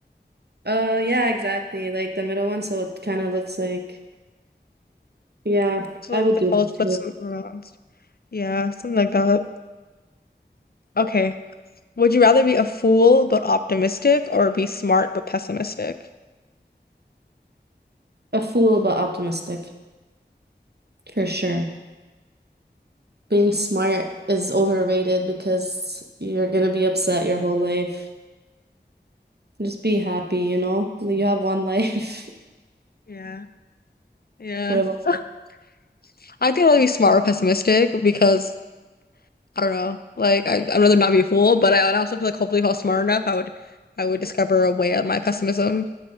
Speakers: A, on the right; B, on the left.
A: Uh, yeah, exactly. Like the middle one, so it kind of looks like, yeah,
B: It's like
A: I would
B: the
A: do
B: false
A: that
B: flips
A: too.
B: around. Yeah, something like that. Okay. Would you rather be a fool but optimistic, or be smart but pessimistic?
A: A fool but optimistic, for sure. Being smart is overrated because you're gonna be upset your whole life. Just be happy, you know? Like, You have one life. <laughs>
B: Yeah. Yeah.
A: What about
B: <laughs>
A: you?
B: I think I'd rather be smart or pessimistic because I don't know. Like I, I'd rather not be a fool, but I, I also feel like hopefully if I was smart enough, I would, I would discover a way out of my pessimism.